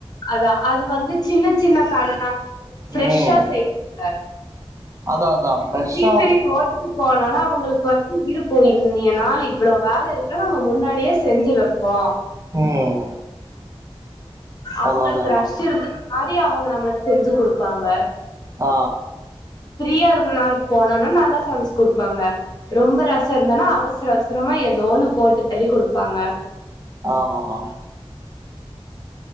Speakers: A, on the left; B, on the right.
A: அதா அது வந்து சின்ன சின்ன கடலா ஃப்ரெஷ்ஷா
B: ம்
A: செய்வாங்க
B: அதான் அதான் ஃப்ரெஷ்ஷா
A: பெரிய பெரிய ஓட்டல் போலனா அவங்களுக்கு வந் இருக்கு இந் நாள் இவ்வள வேல இருக்குனா நம்ம முன்னாடியே செஞ்சு வெப்போ
B: ம்
A: அவங்களுக்கு
B: அதான் அதான்
A: ரஷ்
B: மேம்
A: இருக்கிற மாரி அவங்க நம்மளுக் செஞ்சு குடுப்பாங்க
B: அ
A: ஃபிரீயா இருக்கற நாள் போனாதா நல்லா சமச்சு குடுப்பாங்க ரொம்ப ரஷ்ஷா இருந்தனா அவசர அவசரமா எதோ ஒன்னு போட்டு தள்ளி குடுப்பாங்க
B: ஆமா ஆமாம்